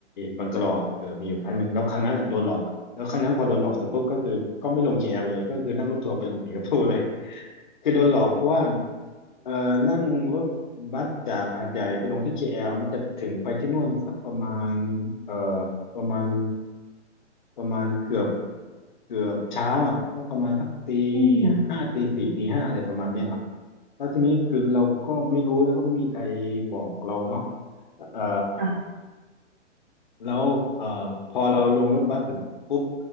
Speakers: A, on the left; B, on the right.
A: บังกะลอเออมีอยู่ครั้งหนึ่งแล้วครั้งนั้นแหละโดนหลอกแล้วครั้งนั้นพอโดนหลอกเสร็จปุ๊บก็คือก็ไม่ลง KL เลยก็คือนั่งรถทัวร์ไปลงสิงคโปร์เลย <laughs> คือโดนหลอกเพราะว่าเอ่อนั่งรถบัสจากหาดใหญ่ไปลงที่ KL มันจะถึงไปที่นู่นสักประมาณเอ่อ ประมาณประมาณเกือบเกือบเช้าอ่ะสักประมาณสักตี
B: อืม
A: ห้าตีสี่ตีห้าอะไรประมาณเนี้ยเนาะแล้วทีนี้คือเราก็ไม่รู้แล้วก็ไม่มีใครบอกเราเนาะเอ่อ
B: อ่ะ
A: แล้วเอ่อพอเราลงรถบัสเสร็จปุ๊บ